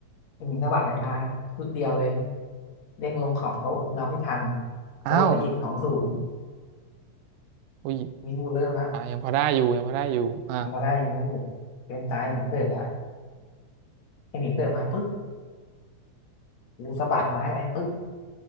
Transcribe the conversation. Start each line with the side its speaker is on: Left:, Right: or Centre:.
Left: ไอหมิงสะบัดกลับมาชุดเดียวเลยเด้งลงขอบโต๊ะกูรบไม่ทัน
Right: อ้าว
Left: โดนไปอีกสองศูนย์
Right: อุ้ย
Left: นี่กูเริ่มละ
Right: อ่ะยังพอได้อยู่ยังพอได้อยู่อ่ะ
Left: ยังพอได้อยู่ังไม่อยู่เป็นตายหมิงเสิร์ฟละไอหมิงเสิร์ฟมาปุ๊บ กูสะบัดไม้ไปปึ๊บ